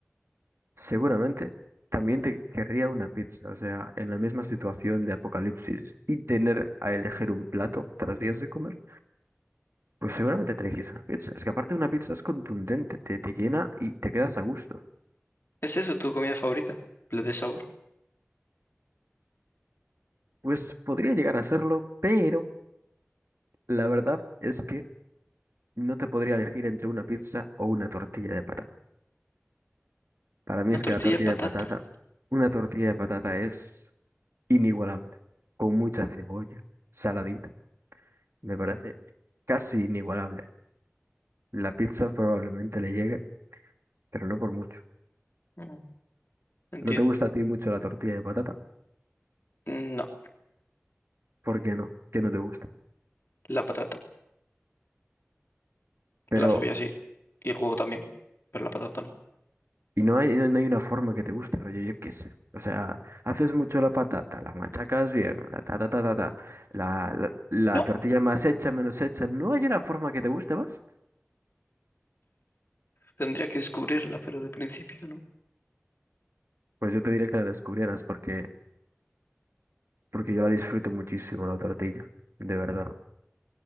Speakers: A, on the right; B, on the left.
A: Seguramente también te querría una pizza, o sea, en la misma situación de apocalipsis y tener a elegir un plato tras días de comer, pues seguramente te elegirías una pizza. Es que aparte una pizza es contundente, te, te llena y te quedas a gusto.
B: ¿Es eso tu comida favorita? ¿La de sabor?
A: Pues podría llegar a serlo, pero la verdad es que no te podría elegir entre una pizza o una tortilla de patata. Para mí
B: Una
A: es
B: tortilla
A: que la tortilla
B: de patata.
A: de patata, una tortilla de patata es inigualable, con mucha cebolla, saladita, me parece casi inigualable. La pizza probablemente le llegue, pero no por mucho.
B: Mm, Entiendo.
A: No te gusta a ti mucho la tortilla de patata.
B: No,
A: ¿Por qué no? ¿Qué no te gusta?
B: la patata.
A: Pero,
B: La cebolla sí. Y el huevo también. Pero la patata no.
A: y no hay, no no hay una forma que te guste, rollo, yo qué sé. O sea, haces mucho la patata, la machacas bien, la ta ta ta ta ta, la, la, la
B: No,
A: tortilla más hecha, menos hecha. ¿No hay una forma que te guste más?
B: tendría que descubrirla, pero de principio no.
A: Pues yo te diré que la descubrieras porque, porque yo la disfruto muchísimo, la tortilla, de verdad.